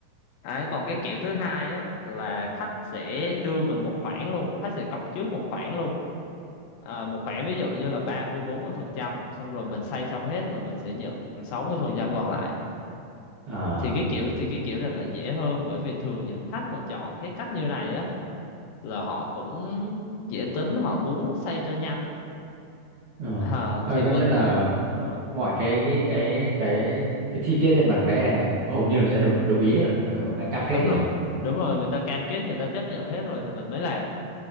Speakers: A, on the left (about 75°); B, on the right (about 65°).
A: đấy còn cái kiểu thứ hai á là khách sẽ đưa mình một khoản luôn khách sẽ cọc trước một khoản luôn à, một khoản ví dụ như là ba mươi bốn mươi phần trăm xong rồi mình xây xong hết là mình sẽ nhận sáu mươi phần trăm còn lại
B: À,
A: thì cái kiểu thì cái kiểu này là dễ hơn bởi vì thường những khách mà chọn cái cách như này á là họ cũng dễ tính họ muốn xây cho nhanh
B: ờ.
A: à,
B: À,
A: thì
B: có
A: mình
B: nghĩa là
A: đúng rồi
B: mọi cái cái cái cái cái chi tiết trên bản vẽ là người hầu như là người ta đồng đồng ý hết rồi, người, người ta cam kết
A: đúng
B: rồi.
A: rồi đúng rồi người ta cam kết người ta chấp nhận hết rồi thì mình mới làm